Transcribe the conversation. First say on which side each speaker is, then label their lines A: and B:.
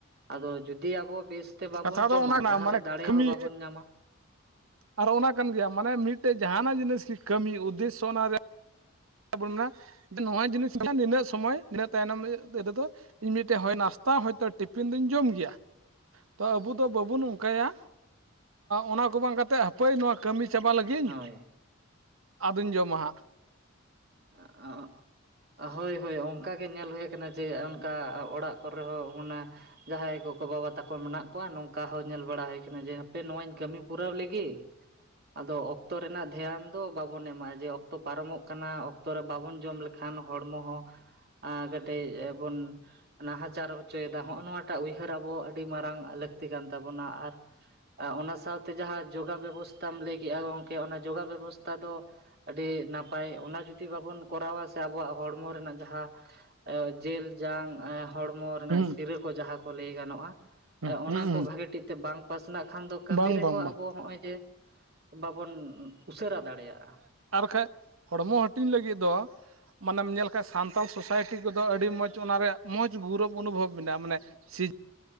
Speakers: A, on the right; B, on the right.
A: ᱟᱫᱚ ᱡᱩᱫᱤ ᱟᱵᱚ ᱵᱮᱥ ᱛᱮ ᱵᱟᱵᱚᱱ
B: ᱠᱟᱛᱷᱟ
A: ᱡᱚᱢᱟ
B: ᱫᱚ ᱚᱱᱟ ᱠᱟᱱᱟ
A: ᱛᱟᱦᱚᱞᱮ
B: ᱢᱟᱱᱮ
A: ᱫᱟᱲᱮ
B: ᱠᱟᱹᱢᱤ
A: ᱦᱚᱸ ᱵᱟᱵᱚᱱ ᱧᱟᱢᱟ,
B: ᱟᱨ ᱚᱱᱟ ᱠᱟᱱ ᱜᱮᱭᱟ ᱢᱟᱱᱮ ᱢᱤᱫᱴᱮᱡ ᱡᱟᱦᱟᱱᱟᱜ ᱡᱤᱱᱤᱥ ᱜᱤ ᱠᱟᱹᱢᱤ ᱩᱫᱽᱫᱮᱥᱥᱚ ᱚᱱᱟ ᱨᱮᱭᱟᱜ, ᱛᱟᱵᱚᱱᱟ ᱡᱮ ᱱᱚᱣᱟ ᱡᱤᱱᱤᱥ ᱱᱤᱱᱟᱹᱜ ᱥᱚᱢᱚᱭ ᱱᱤᱱᱟᱹᱜ ᱛᱟᱭᱱᱚᱢ ᱨᱮᱫᱚ, ᱤᱧ ᱢᱤᱫᱴᱮᱡ ᱦᱚᱭ ᱱᱟᱥᱛᱟ ᱦᱚᱭᱛᱳ ᱴᱤᱯᱷᱤᱱ ᱫᱚᱧ ᱡᱚᱢ ᱜᱮᱭᱟ, ᱛᱚ ᱟᱵᱩ ᱫᱚ ᱵᱟᱵᱚᱱ ᱚᱱᱠᱟᱭᱟ ᱚᱱᱟ ᱠᱚ ᱵᱟᱝ ᱠᱟᱛᱮ ᱦᱟᱯᱟᱹᱭ ᱱᱚᱣᱟ ᱠᱟᱹᱢᱤ, ᱪᱟᱵᱟ ᱞᱟᱹᱜᱤᱧ
A: ᱦᱳᱭ
B: ᱟᱫᱚᱧ ᱡᱚᱢᱟ ᱦᱟᱸᱜ,
A: ᱟᱸ ᱟ ᱚᱸᱻ ᱦᱳᱭ ᱦᱳᱭ ᱚᱱᱠᱟᱜᱮ ᱧᱮᱞ ᱦᱩᱭ ᱠᱟᱱᱟ ᱡᱮ ᱚᱱᱠᱟ ᱚᱲᱟᱜ ᱠᱚᱨᱮ ᱦᱚᱸ ᱚᱱᱟ, ᱡᱟᱦᱟᱸᱭ ᱜᱚᱜᱚᱼᱵᱟᱵᱟ ᱛᱟᱠᱚ ᱢᱮᱱᱟᱜ ᱠᱚᱣᱟ ᱱᱚᱝᱠᱟ ᱦᱚᱸ ᱧᱮᱞ ᱵᱟᱲᱟ ᱦᱩᱭ ᱠᱟᱱᱟ ᱡᱮ, ᱦᱟᱯᱮ ᱱᱚᱣᱟᱧ ᱠᱟᱹᱢᱤ ᱯᱩᱨᱟᱹᱣ ᱞᱤᱜᱤ ᱟᱫᱚ ᱚᱠᱛᱚ ᱨᱮᱱᱟᱜ ᱫᱷᱮᱭᱟᱱ ᱫᱚ ᱵᱟᱵᱚᱱ ᱮᱢᱢᱟᱼᱟ ᱡᱮ ᱚᱠᱛᱚ ᱯᱟᱨᱚᱢᱚᱜ ᱠᱟᱱᱟ ᱚᱠ ᱚᱠᱛᱚ ᱨᱮ ᱵᱟᱵᱚᱱ ᱡᱚᱢ ᱞᱮᱠᱷᱟᱱ ᱦᱚᱲᱢᱚ ᱦᱚᱸ ᱠᱟᱹᱴᱤᱡ ᱵᱚᱱ ᱱᱟᱦᱟᱪᱟᱨ ᱦᱚᱪᱚᱭᱮᱫᱟ ᱦᱚᱜ-ᱚ ᱱᱚᱣᱟ ᱚᱠᱟᱴᱟᱜ ᱩᱭᱦᱟᱹᱨ ᱟᱵᱚ ᱟᱹᱰᱤ ᱢᱟᱨᱟᱝ ᱞᱟᱹᱠᱛᱤ ᱠᱟᱱ ᱛᱟᱵᱚᱱᱟ ᱟᱨ ᱚᱱᱟ ᱥᱟᱶᱛᱮ ᱡᱟᱦᱟᱸ ᱡᱚᱜᱟ ᱵᱮᱵᱚᱥᱛᱷᱟᱢ ᱞᱟᱹᱭ ᱠᱮᱜᱼᱟ ᱜᱚᱢᱠᱮ ᱚᱱᱟ ᱡᱚᱜᱟ ᱵᱮᱵᱚᱥᱛᱷᱟ ᱫᱚ ᱟᱹᱰᱤ ᱱᱟᱯᱟᱭ ᱚᱱᱟ ᱡᱩᱫᱤ, ᱡᱩᱫᱤ ᱵᱟᱵᱚᱱ ᱠᱚᱨᱟᱣᱟ ᱥᱮ ᱟᱵᱚᱣᱟᱜ ᱦᱚᱲᱢᱚ ᱨᱮᱱᱟᱜ ᱡᱟᱦᱟᱸ ᱡᱮᱞ ᱡᱟᱝ ᱦᱚᱲᱢᱚ ᱨᱮᱱᱟᱜ
B: ᱦᱩᱸ
A: ᱥᱤᱨᱟᱹ ᱠᱚ ᱡᱟᱦᱟᱸ ᱠᱚ ᱞᱟᱹᱭ ᱜᱟᱱᱚᱜᱼᱟ
B: ᱦᱩᱸ
A: ᱚᱱᱟ
B: ᱦᱩᱸ
A: ᱠᱚ ᱵᱷᱟ. ᱜᱮ ᱴᱷᱤᱠ ᱛᱮ ᱵᱟᱝ ᱯᱟᱥᱱᱟᱜ ᱠᱷᱟᱱ ᱫᱚ ᱠᱟᱹᱢᱤ
B: ᱵᱟᱝ
A: ᱨᱮᱦᱚᱸ
B: ᱵᱟᱝ ᱵᱟᱝ
A: ᱟᱵᱚ ᱦᱚᱜ-ᱚᱭ ᱡᱮ ᱵᱟᱵᱚᱱ ᱩᱥᱟᱹᱨᱟ ᱫᱟᱲᱮᱭᱟᱜᱼᱟ,
B: ᱟᱨᱠᱷᱟᱡ ᱦᱚᱲᱢᱚ ᱦᱟᱹᱴᱤᱧ ᱞᱟᱹᱜᱤᱫ ᱫᱚ, ᱢᱟᱱᱮᱢ ᱧᱮᱞ ᱠᱷᱟᱱ ᱥᱟᱱᱛᱟᱞ ᱥᱳᱥᱟᱭᱴᱤ ᱠᱚᱫᱚ ᱟᱹᱰᱤ ᱢᱚᱸᱡᱽ ᱚᱱᱟ ᱨᱮᱭᱟᱜ ᱢᱚᱸᱡᱽ ᱜᱚᱨᱚᱵᱽ ᱚᱱᱩᱵᱷᱚᱵ ᱢᱮᱱᱟᱜᱼᱟ ᱢᱟᱱᱮ, ᱥᱤ